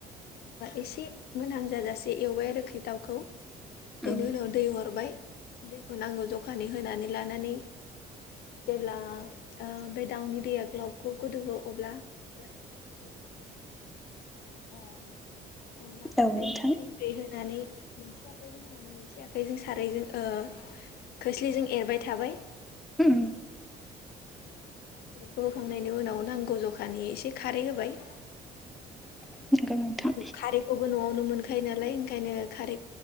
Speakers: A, on the left (about 70°); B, in the centre.
A: एसे मोनहां जाजासे एवबाय आरोख्रि दाउखौ
B: उम
A: बेनि उनाव दै हरबाय दैखौ नांगौ जखानि होनानै लानानै जेब्ला ओ बे दाउनि दैया ग्लब ग्लब गोदौओ अब्ला। बेबायदिनो अनलाखौहाय
B: औ नोंथां
A: फ्रि फ्रि होनानै मोनसे आखाइजों होनानै मोनसे आखाइजों सारायजों खोस्लिजों एरबाय थाबाय। ओमफ्राय
B: उम
A: बेखौ होखांनायनि उनाव नांगौ जखानि एसे खारै होबाय।
B: नंगौ नोंथां
A: खारैखौबो न'आवनो मोनखायो नालाय ओंखायनो खारै